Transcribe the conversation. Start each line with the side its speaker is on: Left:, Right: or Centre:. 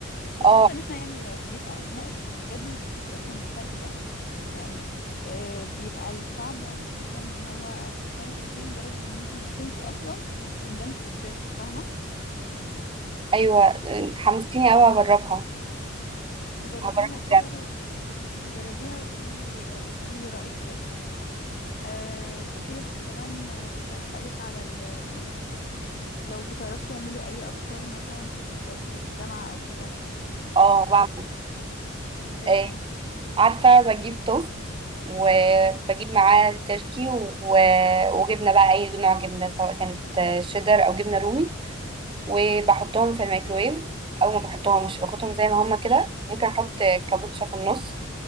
Left: بس
Right: اه
Left: حاسه ان احنا يعني لو بيبقى ناقص بجد مش هتحسي اصلا بالفرق ده يعني آه، بيبقى الطعم واضح جدا ان هو سبانيش لاتيه لدرجه ان انتي بتنسي اصلا ان ده مش اسبريسو فاهمه
Right: أيوه حمستيني أوي أجربها
Left: بجربيها
Right: هجربها
Left: كده بجربيها وقولي لي وقولي لي رايك كده أه صحيح كمان آه، كنت اسالك على ال- آم، لو بتعرفي تعملي اي افكار مثلا سندوتشات للجامعه او كده
Right: اه بعمل
Left: زي
Right: آه،
Left: ايه
Right: عارفة بجيب توست وبجيب معاه تركي و... وجبنة بقى أي نوع جبنة سواء كانت آه، شيدر أو جبنة رومي وبحطهم في الميكرويف أو ما بحطهمش باخدهم زي ما هما كده ممكن أحط كابوتشا في النص